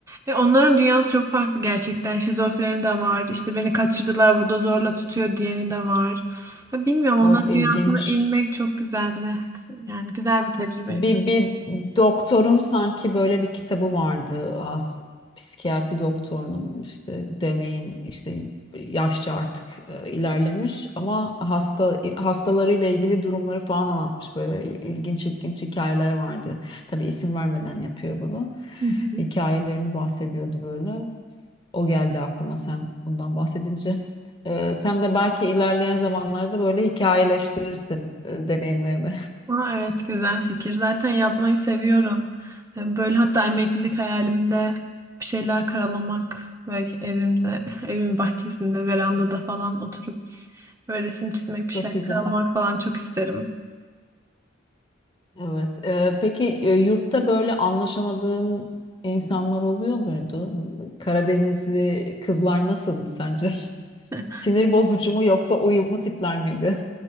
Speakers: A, on the right; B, on the left.
A: ve onların dünyası çok farklı gerçekten. Şizofreni de var. İşte beni kaçırdılar burada zorla tutuyor diyeni de var. Ya bilmiyorum
B: Of
A: onların
B: ilginç.
A: dünyasına inmek çok güzeldi. Yani güzel bir tecrübeydi.
B: Bir, bir doktorun sanki böyle bir kitabı vardı. As, psikiyatri doktorunun işte deneyim işte yaşça artık e, ilerlemiş ama hasta hastalarıyla ilgili durumları falan anlatmış. Böyle il- ilginç ilginç hikayeler vardı. Tabii isim vermeden yapıyor bunu.
A: Hı hı.
B: Hikayelerini bahsediyordu böyle. O geldi aklıma sen bundan bahsedince. E, sen de belki ilerleyen zamanlarda böyle hikayeleştirirsin e, deneyimlerini.
A: Aa, evet güzel fikir. Zaten yazmayı seviyorum. Yani Böyle hatta emeklilik hayalimde bir şeyler karalamak ve evimde, <laughs> evimin bahçesinde, verandada falan oturup böyle resim çizmek,
B: <laughs> Çok
A: bir şeyler
B: güzel.
A: karalamak falan çok isterim.
B: Evet. Ee, peki e, yurtta böyle anlaşamadığın insanlar oluyor muydu? Karadenizli kızlar nasıldı sence? <laughs>
A: <laughs>
B: Sinir bozucu mu yoksa uyumlu tipler miydi?